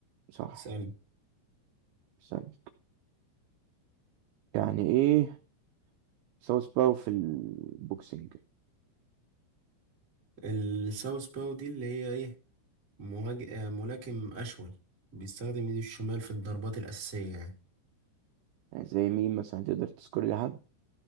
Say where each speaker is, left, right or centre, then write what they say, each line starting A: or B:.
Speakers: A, on the right; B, on the right.
A: صح
B: اسألني
A: استنى يعني ايه ساوث باو في البوكسنج
B: الساوث باو دي اللي هي ايه مهاج... آه، ملاكم اشول بيستخدم ايده الشمال في الضربات الاساسية يعني
A: يعني زي مين مثلا تقدر تذكر لي حد